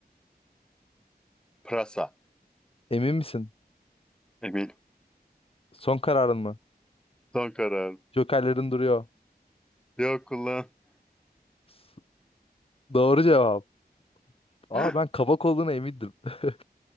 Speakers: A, in the centre; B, on the left.
A: Prasa.
B: Emin misin?
A: Emin.
B: Son kararın mı?
A: Son karar.
B: Jokerlerin duruyor.
A: Yok ulan. <gasps>
B: S- Doğru cevap. Aa
A: <laughs>
B: ben kabak olduğuna emindim. <laughs>